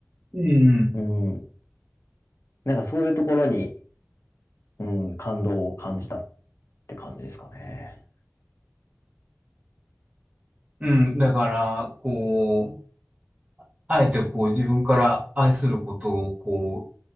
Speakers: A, on the right; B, on the left.
A: うん、
B: うん。なんかそういうところに、うん、感動を感じたって感じですかね。
A: うん、うん、だから、こう、あえてこう自分から愛することをこ